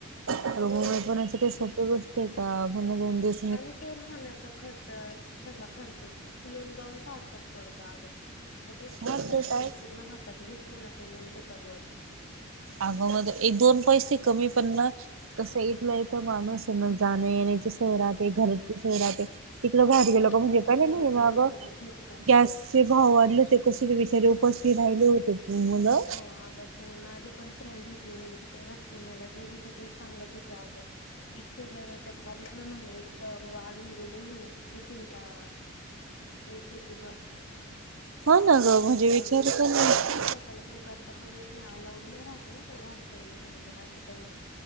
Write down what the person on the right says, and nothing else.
अगं होय पुण्याची काही सोपी गोष्टीयेका का आपण दोन दिवस-
हा
ते
काय
अगं मध्ये एक दोन पैसे कमी पण नां- कसं येतलंय तर माणूस आहे मग जाण येण्याची सोय राहते घरची सोय राहते. तिकडं बाहेर
गेलंोक म्हणजे
पहिले
नाही मग
गॅस े भाव वाढले होते कसे ते विचारे उपाशी राहिले होते. मुलं
हो ना ग म्हणजे विचार कर ना